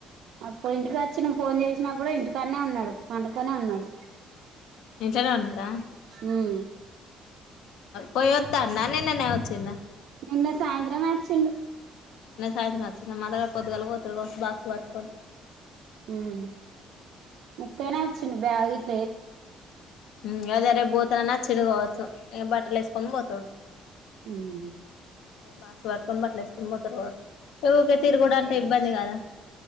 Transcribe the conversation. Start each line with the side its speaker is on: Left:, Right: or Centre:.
Right: అప్పుడు ఇంటి క అచ్చినం ఫోన్ చేస్ అయినా కూడ ఇంటికాడనె ఉన్నాడు పండు క్కనే ఉన్నాడు
Left: ఇంట్లోనే ఉన్నాడా
Right: ఉమ్
Left: పొయ్యోత్తండ నిన్ననె వచ్చిండ.
Right: నిన్న సాయంత్రమె వచ్చిండు.
Left: నిన్న సాయంత్రం వచ్చిండ మల్ల రేప్ పొద్దుగాల పోతాడు పొ బాక్స్ పట్టుకొని.
Right: ఉమ్ ఉత్తినె వచ్ చిన బ్యాగిచ్
Left: ఉం అదే రేప్ బోతనా తిరుగుబోతు ఈ బట్టలు ఏసుకొని పోతాడు
Right: ఉం
Left: బాక్స్ పట్టుకొని బట్టలు వేసుకొని పోతాడు కావచ్చు. <inaudible> తిరుగుడంటే
Right: కావచ్చు
Left: ఇబ్బంది గాద.